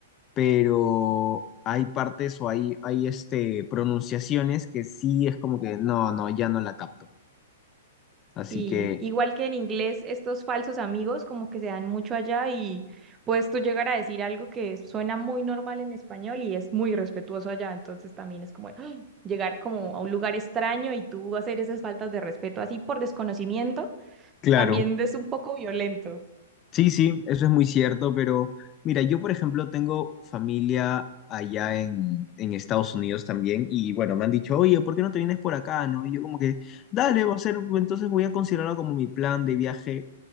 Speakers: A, on the left; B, on the right.
A: pero hay partes o hay, hay este, pronunciaciones que sí es como que no, no, ya no la capto. Así
B: Sí,
A: que,
B: igual que en inglés, estos falsos amigos como que se dan mucho allá y puedes tú llegar a decir algo que suena muy normal en español y es muy respetuoso allá, entonces también es como ¡ay! llegar como a un lugar extraño y tú hacer esas faltas de respeto así por desconocimiento,
A: claro,
B: también es un poco violento.
A: Sí, sí, eso es muy cierto, pero mira, yo por ejemplo tengo familia allá en, en Estados Unidos también y bueno, me han dicho, oye, ¿por qué no te vienes por acá, no? Y yo como que, dale, va a ser, entonces voy a considerarlo como mi plan de viaje